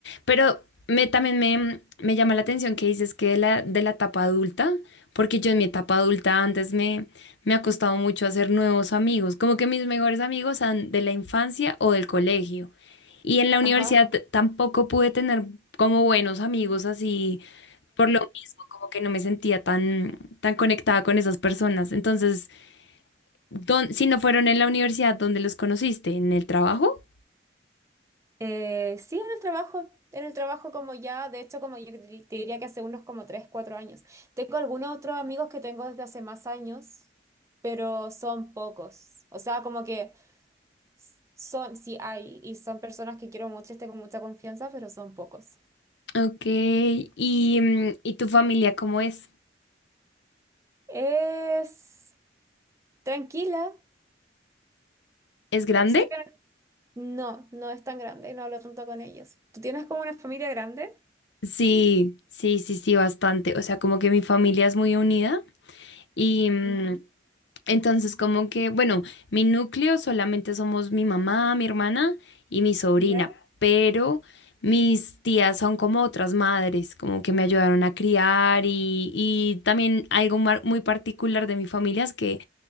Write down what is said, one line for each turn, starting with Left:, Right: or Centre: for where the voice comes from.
Left: pero me, también me, me llama la atención que dices que de la, de la etapa adulta, porque yo en mi etapa adulta antes me, me ha costado mucho hacer nuevos amigos, como que mis mejores amigos son de la infancia o del colegio. Y en la universidad
Right: ajá.
Left: t- tampoco pude tener como buenos amigos así, por lo mismo, como que no me sentía tan, tan conectada con esas personas. Entonces, Don- si no fueron en la universidad, ¿dónde los conociste? ¿En el trabajo?
Right: Eh, sí, en el trabajo, en el trabajo como ya, de hecho como yo te te diría que hace unos como 3 4 años. Tengo algunos otros amigos que tengo desde hace más años, pero son pocos. O sea, como que s- son, sí hay, y son personas que quiero mucho y tengo mucha confianza, pero son pocos.
Left: Ok, ¿y, mm, ¿y tu familia cómo es?
Right: Es tranquila.
Left: ¿Es grande?
Right: Siento que no, no es tan grande y no hablo tanto con ellos. ¿Tú tienes como una familia grande?
Left: Sí, sí, sí, sí, bastante. O sea, como que mi familia es muy unida y mm,
Right: Ujú.
Left: entonces como que, bueno, mi núcleo solamente somos mi mamá, mi hermana y mi sobrina,
Right: ¿Ya?
Left: pero mis tías son como otras madres, como que me ayudaron a criar y, y también algo mar- muy particular de mi familia es que